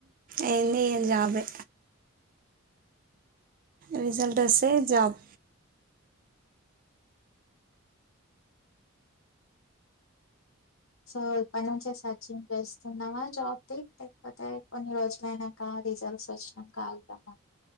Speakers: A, on the right (about 40°); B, on the left (about 75°).
A: ఏయింది ఏం జాబే రిజల్ట్ వస్తే జాబ్
B: సో ఇప్పటి నుంచే సర్చింగ్ చేస్ న్నా వా జాబ్ది లేకపోతే కొన్ని రోజులు అయినంక రిజల్ట్స్ వచ్చినంక ఆగుదామా